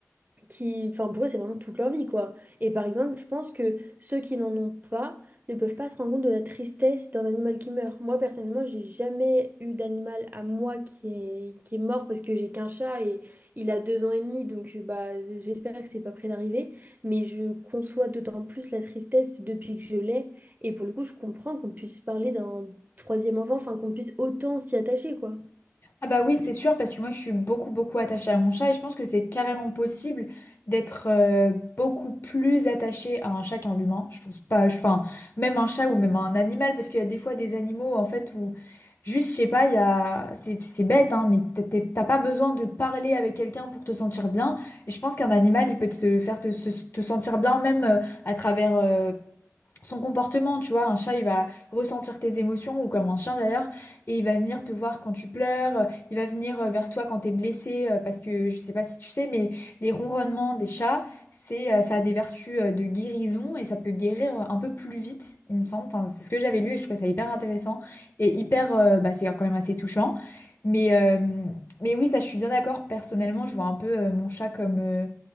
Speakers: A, on the right; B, on the left.
A: qui, enfin pour eux, c'est vraiment toute leur vie, quoi. Et par exemple, je pense que ceux qui n'en ont pas ne peuvent pas se rendre compte de la tristesse d'un animal qui meurt. Moi, personnellement, j'ai jamais eu d'animal à moi qui est, qui est mort parce que j'ai qu'un chat et il a deux ans et demi, donc euh, bah, j'espère que c'est pas près d'arriver. Mais je conçois d'autant plus la tristesse depuis que je l'ai. Et pour le coup, je comprends qu'on puisse parler d'un troisième enfant, enfin qu'on puisse autant s'y attacher, quoi.
B: Ah bah oui, c'est sûr, parce que moi, je suis beaucoup, beaucoup attachée à mon chat, et je pense que c'est carrément possible d'être euh, beaucoup plus attachée à un chat qu'à un humain. Je pense pas, je- enfin, même un chat ou même un animal, parce qu'il y a des fois des animaux, en fait, où... Juste, je sais pas, il y a... c'est c'est bête, hein, mais t'es- t'es- t'as pas besoin de parler avec quelqu'un pour te sentir bien. Et je pense qu'un animal, il peut te faire te, se- te sentir bien, même euh, à travers euh, son comportement, tu vois, un chat, il va ressentir tes émotions, ou comme un chien d'ailleurs, et il va venir te voir quand tu pleures, euh, il va venir euh, vers toi quand t'es blessé, euh, parce que je sais pas si tu sais, mais les ronronnements des chats, c'est, euh, ça a des vertus euh, de guérison, et ça peut guérir euh, un peu plus vite, il me semble. Enfin, c'est ce que j'avais lu, et je trouvais ça hyper intéressant, et hyper, euh, bah, c'est quand même assez touchant. Mais, euh, mais oui, ça, je suis bien d'accord, personnellement, je vois un peu euh, mon chat comme... euh,